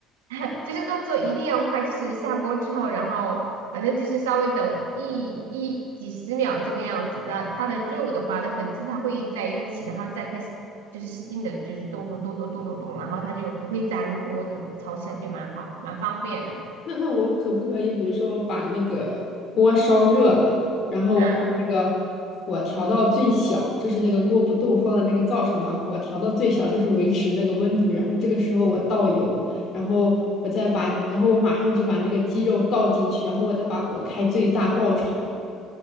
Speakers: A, on the right; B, on the left.
A: <laughs> 就是动作一定要快，就是下锅之后，然后反正就是稍微等一一几十秒这个样子，然后它的肉的话的粉质它会在一起，然后再开始就是使劲的，就是动动动动动动动，然后它就不会粘锅，就炒起来就蛮好，蛮方便的。
B: 那那我可不可以，比如说我把那个锅烧热了，然后我把那个火调到最小，
A: 嗯。
B: 就是那个锅不动，放在那个灶上，把火调到最小，就是维持那个温度。然后这个时候我倒油，然后我再把，然后我马上就把那个鸡肉倒进去，然后我再把火开最大爆炒。